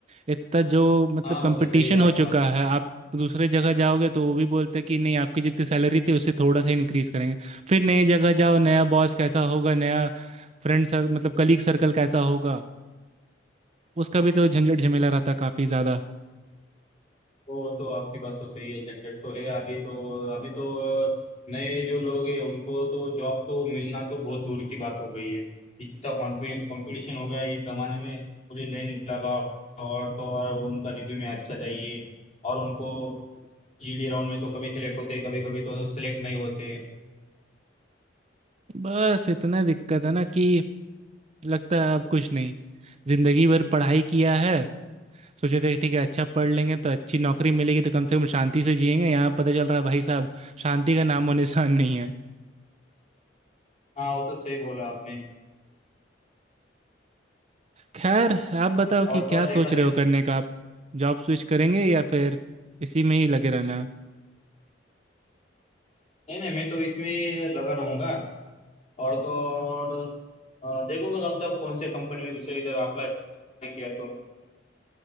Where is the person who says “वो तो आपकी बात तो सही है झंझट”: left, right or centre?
Left